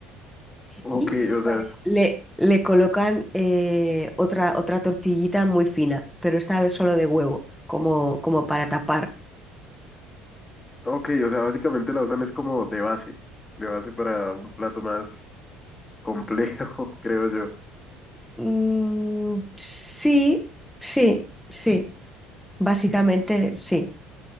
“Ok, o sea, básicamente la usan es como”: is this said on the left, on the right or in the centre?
Left